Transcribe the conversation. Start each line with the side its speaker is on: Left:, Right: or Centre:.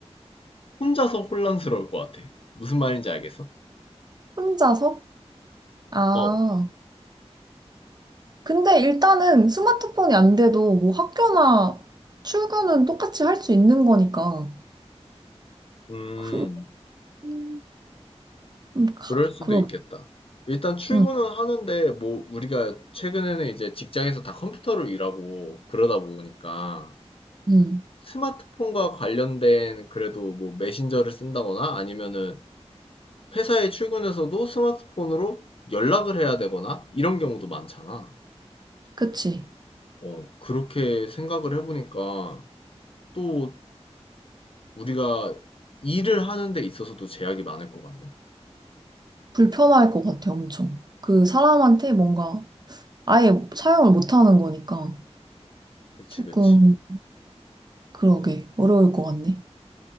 Left: 혼자서 혼란스러울 것 같아. 무슨 말인지 알겠어?
Right: 혼자서? 아.
Left: 어.
Right: 근데 일단은 스마트폰이 안 돼도 뭐 학교나 출근은 똑같이 할 수 있는 거니까.
Left: 음.
Right: 그, 음, 가,
Left: 그럴 수도
Right: 그러,
Left: 있겠다. 일단 출근은
Right: 응,
Left: 하는데, 뭐, 우리가 최근에는 이제 직장에서 다 컴퓨터로 일하고 그러다 보니까
Right: 응,
Left: 스마트폰과 관련된 그래도 뭐 메신저를 쓴다거나 아니면은 회사에 출근해서도 스마트폰으로 연락을 해야 되거나 이런 경우도 많잖아.
Right: 그치.
Left: 어, 그렇게 생각을 해보니까 또 우리가 일을 하는 데 있어서도 제약이 많을 것 같네.
Right: 불편할 것 같아, 엄청. 그 사람한테 뭔가 아예 사용을 못 하는 거니까
Left: 그치,
Right: 조금,
Left: 그치.
Right: 그러게, 어려울 것 같네.